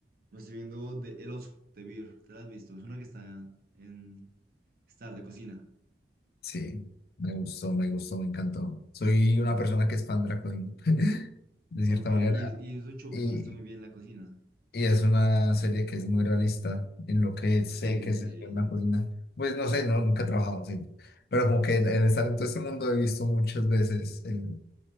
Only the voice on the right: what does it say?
Me estoy viendo de El Oso, de Beer, ¿te la has visto? Es una que está en Star de cocina.
Ok,
y,
y es un show
que muestra muy bien la cocina.
Sí,
sí, sí.